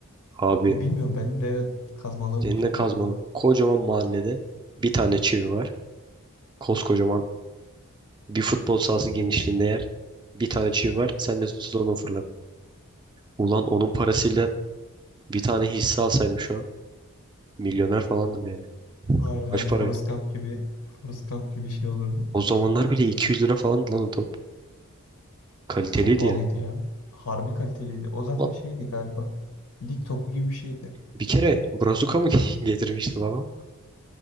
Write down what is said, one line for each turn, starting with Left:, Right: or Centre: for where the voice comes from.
Right: abi
Left: Bilmiyorum benim de evet kazmalığım
Right: Seninle
Left: tuttu
Right: kazmanın
Left: o gün.
Right: kocaman mahallede bir tane çivi var. Koskocaman bir futbol sahası genişliğinde
Left: <laughs>
Right: yer. Bir tane çivi var. Sen de tutsuz onu fırlat. Ulan onun parasıyla bir tane hisse alsaydım şu an. Milyoner falandım yani.
Left: Harbiden
Right: Kaç
Left: Forrest
Right: para?
Left: Gump gibi Forrest Gump gibi şey olurdu.
Right: O zamanlar bile 200 lira falandı lan o top. Kaliteliydi
Left: Çok pahalıydı
Right: yani.
Left: ya. Harbi kaliteliydi. O zaten
Right: Lan
Left: şeydi galiba. Lig topu gibi bir şeydi.
Right: bir kere Brazuka mı <laughs> getirmişti babam?